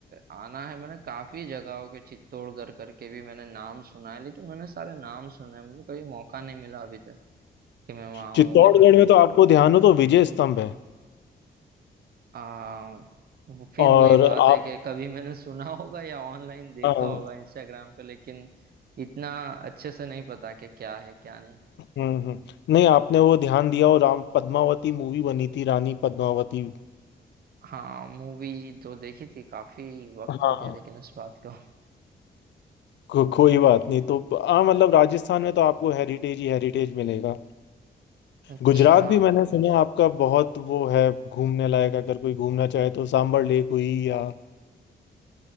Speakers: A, on the right; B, on the left.
A: आना है मैंने काफी जगहों के चित्तौड़गढ़ करके भी मैंने नाम सुना है लेकिन मैंने सारे नाम सुने हैं मुझे कभी मौका नहीं मिला अभी तक कि मैं वहां
B: चित्तौड़गढ़
A: आऊं और
B: में तो आपको ध्यान हो तो विजय स्तंभ है
A: आ, वो फिर
B: और
A: वही बात
B: आप
A: है कि कभी मैंने सुना होगा या ऑनलाइन देखा
B: हाँ
A: होगा इंस्टाग्राम पे लेकिन इतना अच्छे से नहीं पता कि क्या है क्या नहीं
B: हम्म हम्म। नहीं आपने वो ध्यान दिया और राम पद्मावती मूवी बनी थी रानी पद्मावती
A: हाँ मूवी तो देखी थी काफी वक्त
B: हाँ
A: हो गया लेकिन इस बात को
B: को, कोई बात नहीं तो हाँ मतलब राजस्थान में तो आपको हेरिटेज ही हेरिटेज मिलेगा
A: <laughs> अच्छा
B: गुजरात भी मैंने सुना आपका बहुत वो है घूमने लायक अगर कोई घूमना चाहे तो सांबर लेक हुई या